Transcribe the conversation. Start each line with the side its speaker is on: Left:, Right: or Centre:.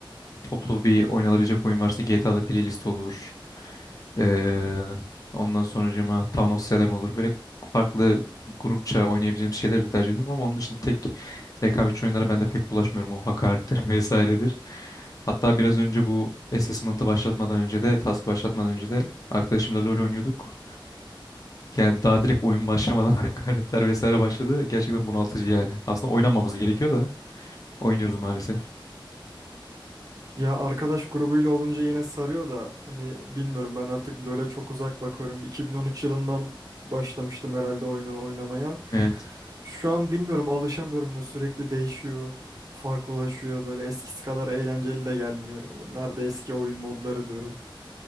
Left: toplu bir oynanabilecek oyun varsa GTA'da playlist olur. Ee, ondan sonracığıma Town of Salem olur. Böyle farklı grupça oynayabileceğim şeyleri de tercih ediyorum ama onun dışında tek rekabetçi oyunlara ben de pek bulaşmıyorum. O hakarettir <laughs> vesairedir. Hatta biraz önce bu assessment'ı başlatmadan önce de, task başlatmadan önce de arkadaşımla LoL oynuyorduk. Yani daha direkt oyun başlamadan <laughs> hakaretler vesaire başladı. Gerçekten bunaltıcı yani. Aslında oynamamız gerekiyor da oynuyoruz maalesef.
Right: Ya arkadaş grubuyla olunca yine sarıyor da hani bilmiyorum ben artık LoL'e çok uzak bakıyorum. 2013 yılından başlamıştım herhalde oyunu oynamaya.
Left: Evet.
Right: Şu an bilmiyorum alışamıyorum da sürekli değişiyor. Farklılaşıyor böyle eskisi kadar eğlenceli de gelmiyor. Ya, Nerede eski oyun modları diyorum.